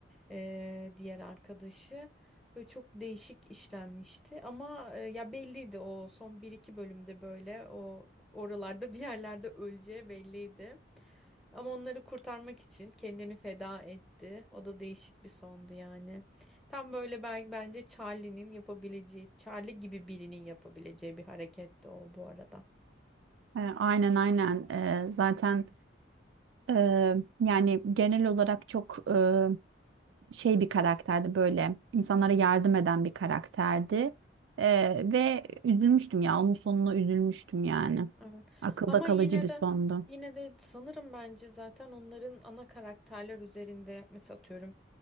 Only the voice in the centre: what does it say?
e, diğer arkadaşı böyle çok değişik işlenmişti ama e, ya belliydi o son bir iki bölümde böyle o oralarda bir yerlerde öleceği belliydi. Ama onları kurtarmak için kendini feda etti. O da değişik bir sondu yani. Tam böyle ben, bence Charlie'nin yapabileceği, Charlie gibi birinin yapabileceği bir hareketti o bu arada.
Evet.
Ama
yine
de
Yine de sanırım bence zaten onların ana karakterler üzerinde mesela atıyorum